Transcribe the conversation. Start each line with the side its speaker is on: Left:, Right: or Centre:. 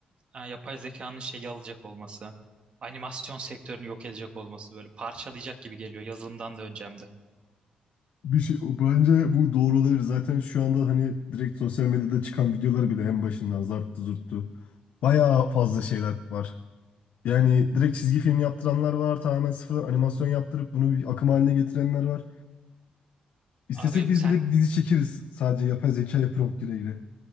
Right: ha, yapay zekanın şeyi alacak olması. Animasyon sektörünü yok edecek olması böyle parçalayacak gibi geliyor yazılımdan da önce hem de.
Left: Bir şey bence bu doğru olabilir. Zaten şu anda hani direkt sosyal medyada çıkan videoları bile en başından zarttı zurttu. Bayağı fazla şeyler var. Yani direkt çizgi film yaptıranlar var. Tamamen sıfırdan animasyon yaptırıp bunu bir akım haline getirenler var. İstesek
Right: Abi
Left: biz
Right: sen
Left: bile dizi çekeriz sadece yapay zekaya prompt gire gire.